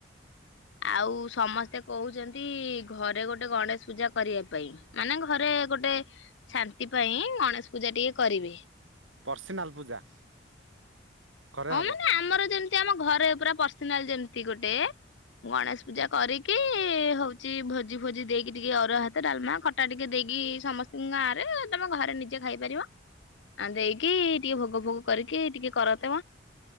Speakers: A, on the left; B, on the right.
A: ଆଉ ସମସ୍ତେ କହୁଛନ୍ତି, ଘରେ ଗୋଟେ ଗଣେଶ ପୂଜା କରିବା ପାଇଁ, ମାନେ ଘରେ ଗୋଟେ ଶାନ୍ତି ପାଇଁ ଗଣେଶ ପୂଜା ଟିକେ କରିବେ।
B: ପର୍ସନାଲ ପୂଜା। ଘରେ
A: ହଁ
B: ହବ।
A: ମାନେ
B: ହୁଁ
A: ଆମର ଯେମିତି ଆମ ଘରେ ପୁରା ପର୍ସନାଲ ଯେମିତି ଗୋଟେ ମୁଁ ଗଣେଶ ପୂଜା
B: ହୁଁ
A: କରିକି ହଉଛି ଭୋଜି ଫୋଜି ଦେଇକି ଟିକେ ଅରୁଆ ଭାତ, ଡ଼ାଲମା, ଖଟା ଟିକେ ଦେଇକି ସମସ୍ତଙ୍କୁ ଗାଁରେ ଘରେ ନିଜେ ଖାଇପାରିବ ଆ ଦେଇକି ଟିକେ ଭୋଗ ଭୋଗ କରିକି ଟିକେ କର